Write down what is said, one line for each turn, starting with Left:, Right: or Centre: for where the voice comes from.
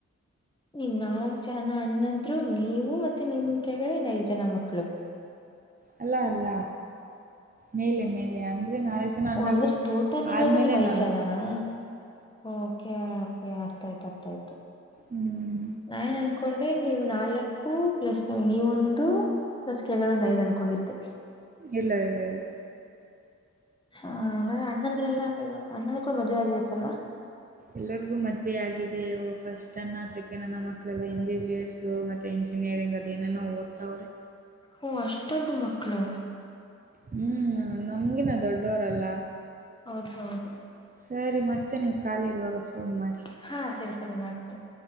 Left: ನಿಮ್ಮ ನಾಲ್ಕು ಜನ ಅಣ್ಣಂದ್ರು ನೀವು ಮತ್ತೆ ನಿಮ್ ಕೆಳಗಡೆ ಇನ್ ಐದ್ ಜನ ಮಕ್ಳು
Right: ಅಲ್ಲ ಅಲ್ಲ ಮೇಲೆ ಮೇಲೆ ಅಂದ್ರೆ ನಾಲ್ಕು ಜನ ಅನ್ನಗಳು
Left: ಅಂದ್ರೆ ಟೋಟಲ್ ಇರೋದು
Right: ಆದ್ಮೇಲೆ
Left: ನೀವ್ ಐದು್
Right: ನಾನು
Left: ಜನಾನ ಓಕೆ ಓಕೆ ಅರ್ಥ ಆಯ್ತು ಅರ್ಥ ಆಯ್ತು
Right: ಹ್ಮ್
Left: ನಾನ್ ಅನ್ಕೊಂಡೆ ನೀವು್ ನಾಲ್ಕು ಪ್ಲಸ್ ನೀವೊಂದು ಲಸಿಕೆಗಳು ಐದು ಅಂದನ್ಕೊಂಡಿದ್ದೆ
Right: ಇಲ್ಲ ಇಲ್ಲ ಇಲ್ಲ
Left: ಹಾ ಹಾಗ್ರೆ ಅಣ್ಣಂದ್ರೆಲ್ಲಾ ಇವಾಗ ಅ್ಣಂದ ಕೂಡ ಮದುವೆ ಆಗಿರುತ್ತಲ್ವಾ
Right: ಎಲ್ಲರಿಗೂ ಮದುವೆ ಆಗಿದೆಯ ಫಸ್ಟ್ ಅನ್ನ ಸೆಕೆಂಡ್ ಅನ್ನ ಮಕ್ಕಳೆಲ್ಲ ಹಿಂದಿ ಬಸ್ ಮತ್ತೆ ಇಂಜಿನಿಯರಿಂಗ್ ಅದ ನೋ ಓದ್ತಾವ್ರೆ
Left: ಓ ಅಷ್ಷು ದೊಡ್ಡ ಮಕ್ಕಳು
Right: ಹ್ಮ್ ನಮ್ಗಿನ ದೊಡ್ಡವರಲ್ಲ
Left: ಹೌದ ಹೌದು
Right: ಸರಿ ಮತ್ತೆ ನೀವು ಕಾಲ ಇರುವಾಗ ಫೋನ್ ಮಾಡಿ
Left: ಹಾ ಸರಿ ಸರಿ ಮಾಡ್ತೇನೆ